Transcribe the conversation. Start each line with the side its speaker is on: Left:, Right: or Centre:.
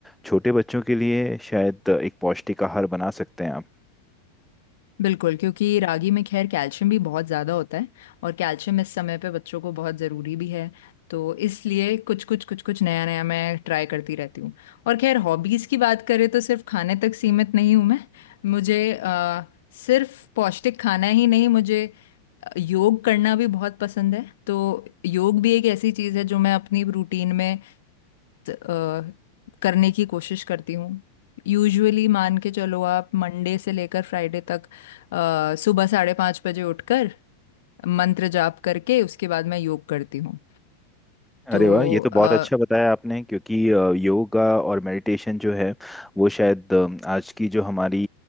Centre: छोटे बच्चों के लिए शायद एक पौष्टिक आहार बना सकते हैं आप
Left: बिल्कुल क्योंकि रागी में खैर कैल्शियम भी बहुत ज़्यादा होता है और कैल्शियम इस समय पे बच्चों को बहुत ज़रूरी भी है तो इसलिए कुछ कुछ कुछ कुछ नया नया मैं ट्राई करती रहती हूँ और खैर हॉबीज़ की बात करें तो सिर्फ खाने तक सीमित नहीं हूँ मैं मुझे अ, सिर्फ पौष्टिक खाना ही नहीं मुझे योग करना भी बहुत पसंद है तो योग भी एक ऐसी चीज़ है जो मैं अपनी रूटीन में अ, करने की कोशिश करती हूँ यूजुअली मान के चलो आप मंडे से लेकर फ्राइडे तक अ, सुबह साढ़े पाँच बजे उठकर मंत्र जाप करके उसके बाद मैं योग करती हूँ तो
Centre: अरे वाह ये तो
Left: अ,
Centre: बहुत अच्छा बताया आपने क्योंकि अ, योगा और मेडिटेशन जो है वो शायद अम, आज की जो हमारी